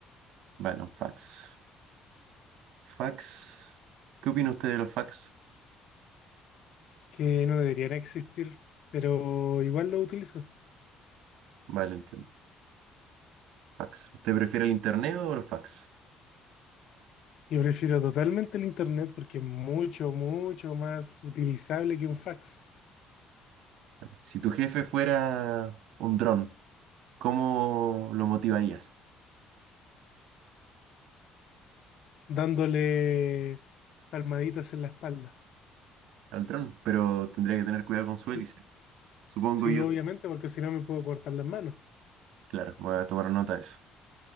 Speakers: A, on the right (about 80°); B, on the left (about 60°).
A: Vale, un fax. Fax. ¿Qué opina usted de los fax?
B: que no debería existir, pero igual lo utilizo.
A: Vale, entiendo. Fax. ¿Usted prefiere el internet o los fax?
B: Yo prefiero totalmente el internet porque es mucho, mucho más utilizable que un fax,
A: Si tu jefe fuera un dron, ¿cómo lo motivarías
B: dándole palmaditas en la espalda.
A: al dron? Pero tendría que tener cuidado con su
B: Sí,
A: hélice, supongo
B: sí,
A: yo.
B: obviamente, porque si no me puedo cortar las manos.
A: Claro, voy a tomar nota de eso.